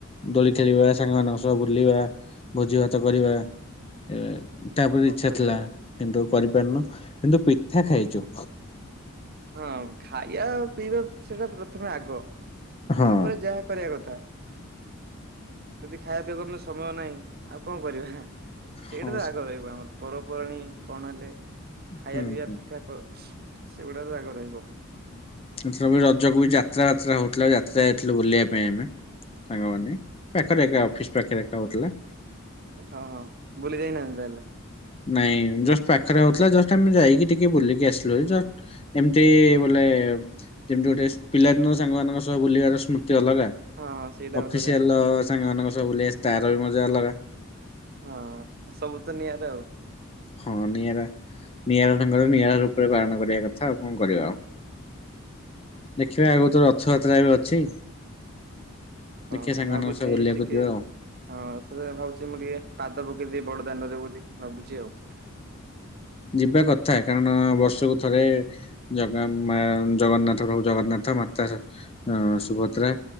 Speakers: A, on the left; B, on the right.
A: ଦୋଳି ଖେଳିବା ସାଙ୍ଗମାନଙ୍କ ସହ ବୁଲିବା ଭୋଜି ଭାତ କରିବା। ଏ ତାପରେ
B: ହଉ
A: ଇଚ୍ଛା
B: କରିବା
A: ଥିଲା
B: ଆଉ
A: କିନ୍ତୁ କରିପାରୁନୁ କିନ୍ତୁ ପିଠା ଖାଇଚୁ।
B: ହଁ ଖାଇବା ପିଇବା ସେଟା ପ୍ରଥମେ ଆଗ
A: ହଁ
B: ତାପରେ ଯାହା କରିବା କଥା ଯଦି ଖାଇବା ପିଇବାକୁ ସମୟ ନାହିଁ ଆଉ କଣ କରିବା। ସେଇଟା
A: ହଁ
B: ତ
A: ସ-
B: ଆଗ ରହିବ ଆମର ପର୍ବପର୍ବାଣିୀ କଣ ହେଲେ ଖାଇବା
A: ହୁଁ ହୁଁ
B: ପିଇବା ପିଠା ପ <unintelligible> ରହିବ।
A: ଏଥର ବି ରଜକୁ ବି ଯାତ୍ରା ଫାତ୍ରା ହଉଥିଲା ଯାତ୍ରା ଯଥିଲୁ ବୁଲିବା ପାଇଁ ଆମେ। ସାଙ୍ଗମାନେ ପାଖରେ ଏକା ଅଫିସ୍ ପାଖରେ ଏକା ହଉଥିଲା।
B: ହଁ ହଁ ଭୁଲି ଯାଇନାହାନ୍ତି ତାହେଲେ?
A: ନାଇଁ ଜଷ୍ଟ ପାଖରେ ହଉଥିଲା ଜଷ୍ଟ ଆମେ ଯାଇକି ଟିକେ ବୁଲିକି ଆସିଲୁ ହେରି ଯ ଏମତି ବୋଲେ ଯେମିତି ଗୋଟେ ପିଲାଦିନ ସାଙ୍ଗମାନଙ୍କ ସହ ବୁଲିବାର ସ୍ମୃତି ଅଲଗା।
B: ହଁ ହଁ ସେଇଟା
A: ଅଫିସିଆଲ
B: ଅଲଗା।
A: ର ସାଙ୍ଗ ମାନଙ୍କ ସହ ବୁଲିବା ଆସ ତାର ବି ମଜା ଅଲଗା।
B: ହଁ ସବୁ ତ ନିଆଁରେ ଆଉ।
A: ଖନି ହେରା। ନିଆରା ଢଙ୍ଗରେ ନିଆରା ରୂପରେ ପାଳନ କରିବା କଥା ଆଉ କଣ କରିବା ଆଉ। ଦେଖିବା ଆଗ ତୋ ରଥଯାତ୍ରା ବି ଅଛି। ଦେଖେ
B: ହଁ
A: ସାଙ୍ଗମାନଙ୍କସ
B: ଭାବୁଛି
A: ବୁଲିବାକୁ
B: ଟିକେ
A: ଯିବ ଆଉ।
B: ହଁ ସେ ଭାବଚି ମୁଁ ଟିକେ ପାଦ ପକେଇଦେବି ବଡ ଦାଣ୍ଡରେ ବୋଲି ଭାବୁଚି ଆଉ।
A: ଯିବା କଥା କାରଣ ବର୍ଷକୁ ଥରେ ଜଗା ମା ଜଗନ୍ନାଥ ପ୍ରଭୁ ଜଗନ୍ନାଥ ମାତା ଅ ସୁଭଦ୍ରା